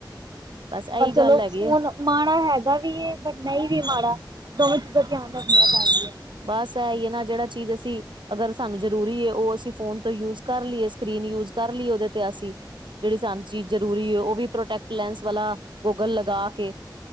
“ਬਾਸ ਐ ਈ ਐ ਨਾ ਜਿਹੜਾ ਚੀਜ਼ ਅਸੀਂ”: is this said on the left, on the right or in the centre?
Right